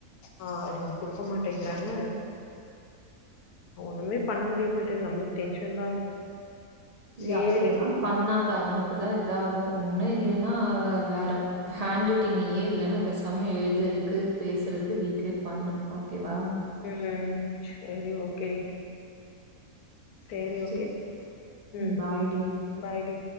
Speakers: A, on the left; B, on the right.
A: ஆ அவங்க கொடுக்க மாட்டேங்கிறாங்க ஒண்ணும் பண்ண முடிய மாட்டேங்குது நம்மளுக்கு டென்ஷன் தான் ஆகுது
B: ஏ
A: சேரிடி
B: அப்டி எல்லாம் பண்ணாத அவனுக்கு தான் இது இதாகும் ஒன்றும் இல்லன்னா வேற ஹேண்ட் ரைட்டிங் நியே இல்லனா போசம எழுதுறதுக்கு பேசுகறதுக்கு வீட்டிலயே பண்ணு ஓகேவா
A: ம் செரி ஓகே டி சேரி ஓகே
B: சரி.
A: ம்
B: பாய் டி.
A: Bye D